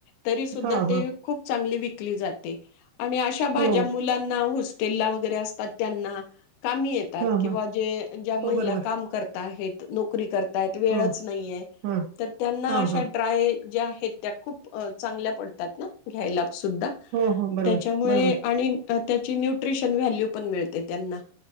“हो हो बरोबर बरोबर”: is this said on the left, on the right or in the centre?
Right